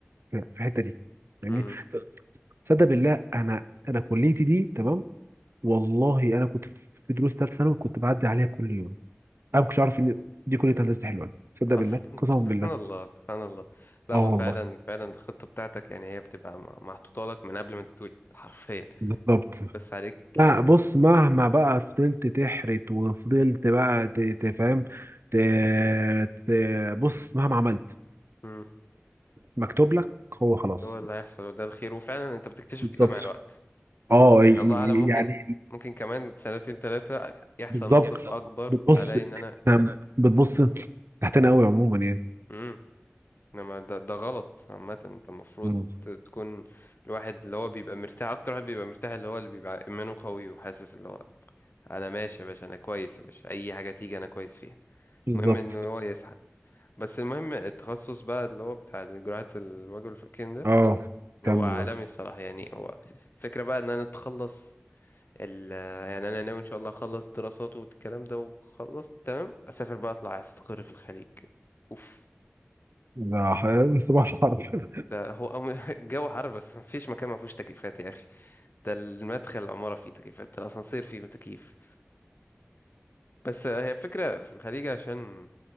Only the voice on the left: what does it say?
امم
أصلا
<laughs>
سبحان
الله سبحان الله لا
هو
فعلا فعلا الخطة بتاعتك يعني هي بتبقى م- محطوطة لك من قبل ما تتولد حرفيا
بس عليك
يعني
امم
هو اللي هيحصل وده الخير وفعلا أنت بتكتشف
كده مع الوقت
يعني
الله أعلم ممكن
ممكن كمان سنتين ثلاثة يحصل
موقف أكبر
ألاقي إن أنا
مم. انما ده ده غلط عامة انت المفروض
ت- تكون الواحد اللي هو بيبقى مرتاح اكتر واحد بيبقى مرتاح اللي هو اللي بيبقى ايمانه قوي وحاسس اللي هو انا ماشي يا باشا انا كويس يا باشا اي حاجة تيجي انا كويس فيها
المهم ان هو يسعى بس المهم التخصص بقى اللي هو بتاع جراحة الوجه والفكين ده
هو عالمي
الصراحة يعني هو الفكرة بقى ان انا اتخلص ال يعني انا ناوي ان شاء الله اخلص دراسات والكلام ده وخلصت تمام اسافر بقى اطلع استقر في الخليج اوف
ده هو أو- <laughs> الجو حر بس مفيش مكان ما فيهوش تكييفات يا اخي ده المدخل العماره فيه تكييفات ده الاسانسير فيه تكييف بس هي فكره في الخليج عشان